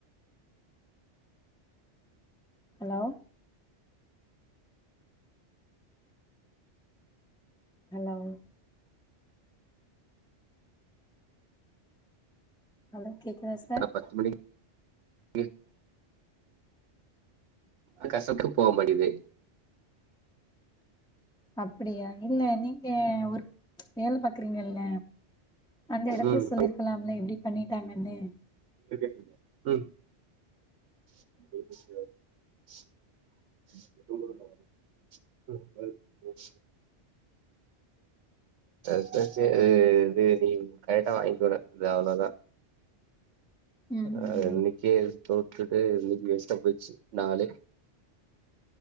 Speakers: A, in the centre; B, on the right (about 85°).
A: ஹலோ ஹலோவ் அல கேக்குதா சார்
B: ஆனா <unintelligible> அது <unintelligible> போ மாட்டிங்குது
A: அப்டியா இல்ல நீங்க ஒரு வேலை பாக்குறீங்கில்ல அந்த இடத்துல
B: ம்
A: சொல்லிருக்கலாம்ல இப்டி பண்ணிட்டாங்கன்னு
B: உஹம் <inaudible> <unintelligible> நீ கரெக்டா வாங்கிக்கோ என்ன இல்ல அவ்ளோதா
A: ம் ம்
B: அ <unintelligible>
A: ம்
B: கே போட்டுட்டு இதுல வேஸ்டா போச்சி நாளே